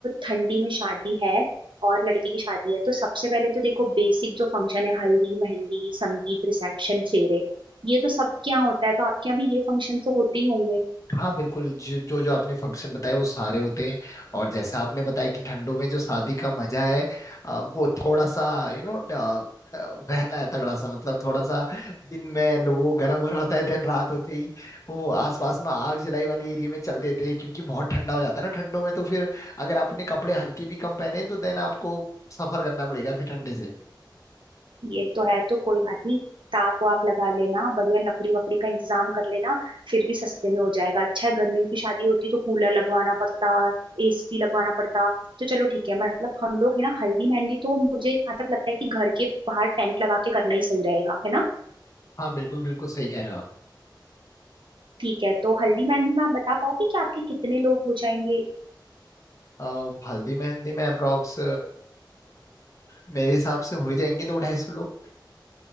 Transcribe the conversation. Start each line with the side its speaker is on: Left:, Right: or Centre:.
Right: ठंडी में शादी है और लड़की की शादी है तो सबसे पहले तो देखो बेसिक जो फंक्शन है हल्दी मेहंदी संगीत रिसेप्शन फेरे ये तो सबके यहाँ होता है तो आपके यहाँ भी ये फंक्शन तो होते ही होंगे
Left: हाँ बिल्कुल जो जो जो आपने फंक्शन बताए वो सारे होते हैं और जैसा आपने बताया कि ठंडों में जो शादी का मजा है अ, वो थोड़ा सा यू नो बहता है तगड़ा सा मतलब थोड़ा सा दिन में लोगों को गर्म हो रहा होता है दिन रात होते ही वो आसपास में आग जलाई वाले एरिया में चल देते हैं क्योंकि बहुत ठंडा हो जाता है ना ठंडों में तो फिर अगर आपने कपड़े हल्के भी कम पहने हैं, तो देन आपको सफर करना पड़ेगा फिर ठंडे से
Right: ये तो है तो कोई बात नहीं ताप वाप लगा लेना बढ़िया लकड़ी वकड़ी का इंतजाम कर लेना फिर भी सस्ते में हो जाएगा अच्छा है गर्मियों की शादी होती तो कूलर लगवाना पड़ता एसी लगवाना पड़ता तो चलो ठीक है मतलब हम लोग है ना हल्दी मेहंदी तो मुझे जहाँ तक लगता है कि घर के बाहर टेंट लगा के करना ही सही रहेगा है ना
Left: हाँ बिल्कुल बिल्कुल सही कह रहे हो आप
Right: ठीक है तो हल्दी मेहंदी में आप बता पाओगे कि आपके कितने लोग हो जाएंगे
Left: अ, हल्दी मेहंदी में अप्रोक्स मेरे हिसाब से हो ही जाएंगे दो ढाई सौ लोग